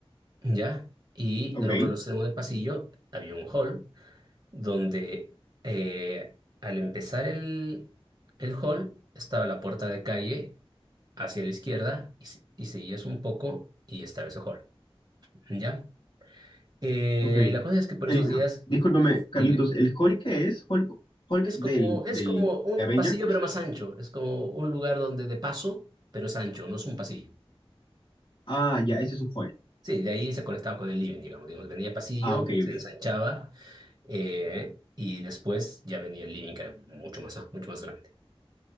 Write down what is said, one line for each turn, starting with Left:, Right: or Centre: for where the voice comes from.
Right: ¿ya? Y
Left: Ok,
Right: del otro extremo del pasillo había un hall donde eh, al empezar el, el hall estaba la puerta de calle hacia la izquierda y, se- y seguías un poco y estaba ese hall, ¿ya? Eh,
Left: ok.
Right: la cosa es que por
Left: El,
Right: esos días,
Left: discúlpame, Carlitos,
Right: dime,
Left: ¿el Hulk qué es? ¿Hulk, Hulk
Right: es
Left: del,
Right: como, es
Left: del,
Right: como un
Left: de Avengers?
Right: pasillo pero más ancho, es como un lugar donde de paso, pero es ancho, no es un pasillo.
Left: Ah, ya, ese es un Hulk.
Right: Sí, de ahí se conectaba con el living, digamos. Digamos, venía pasillo,
Left: Ah, ok,
Right: se
Left: ok.
Right: ensanchaba eh, y después ya venía el living, que era mucho más, mucho más grande.